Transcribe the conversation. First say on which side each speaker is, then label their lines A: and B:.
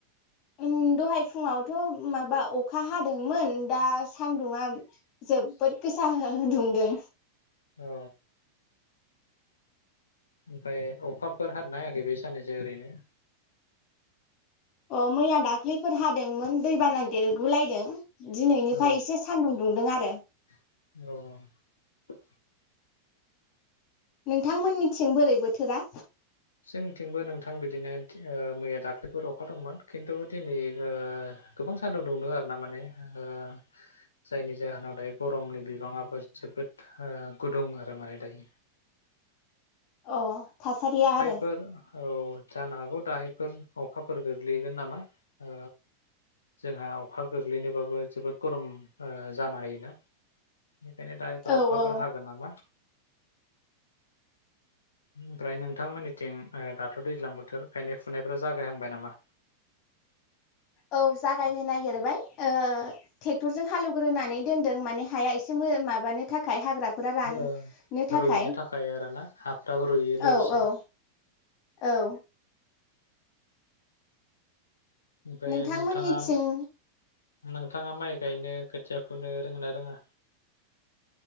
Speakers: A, on the left; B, on the left.
A: उम दहाय फुङावथ' माबा अ खा हादोंमोन दा सानदुंङा जोबोद गोसा दुंदों।
B: औ ओमफाय अखाफोर हादोंना हायाखै बे साननैसो ओरैनो?
A: अ मैया दाख्लैफोर हा दोंमोन दै बाना देरगुलायदों। दिनैनिफाय
B: औ
A: एसे सानदुं दुंदों आरो <unintelligible>
B: औ
A: नोंथांमोननिथिं बोरै बोथोरा?
B: जोंथिंबो नोंथां बिदिनो ओ मैया दाख्लैफोर अखा दंमोन खिन्थु दिनै ओ गोबां सानदुं दुंदों आरो ना माने ओ जायनि जाहोनाव दायो गरमनि बिबाङाबो जोबोद ओ गुदुं आरो माने दायो ।
A: अ थासारिया आरो?
B: फोर औ जानो हागौ दाहायफोर अखाफोर गोग्लैगोन नामा? ओ जोंहा अखा गोग्लैनोबाबो जोबोद गरम ओ जानो हायोना? बेखायनो दायोफोर
A: औ
B: अखाफोर
A: औ
B: हागोन नामा? ओमफ्राय नोंथांमोननि थिं ओ दाथ' दैज्लां बोथोर गायनाय फुनायफ्रा जागायहांबाय नामा?
A: औ जागायनो नागिरबाय ओ ट्रेक्टरजों हालेवग्रोनानै दोनदों। माने हाया एसे माबानो थाखाय हाग्राफोरा राननो
B: ओ
A: थाखाय।
B: रुइनो आरोना हाफ्राबो रुइयो लोगोसे
A: औ औ औ
B: ओमफ्राय
A: नोंथांमोननिथिं
B: नोंथाङा नोंथाङा माइ गायनो खोथिया फुनो रोङोना रोङा?